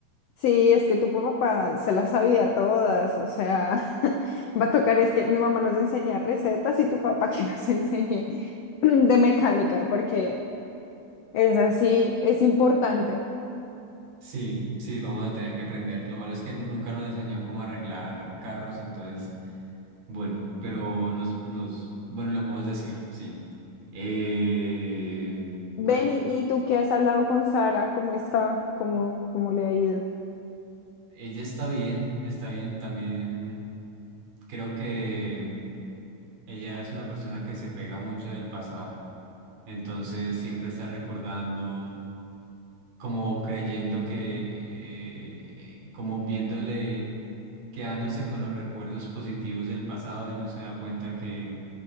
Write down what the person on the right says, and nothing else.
Sí, sí, vamos a tener que aprender. Lo malo es que nunca nos enseñó cómo arreglar carros, entonces Bueno, pero nos, nos, bueno, lo podemos decir, sí. Eh, bueno,
ella está bien, está bien. También creo que ella es una persona que se pega mucho del pasado. Entonces siempre está recordando, como creyendo que, eh, como viéndole, quedándose con los recuerdos positivos del pasado y no se da cuenta que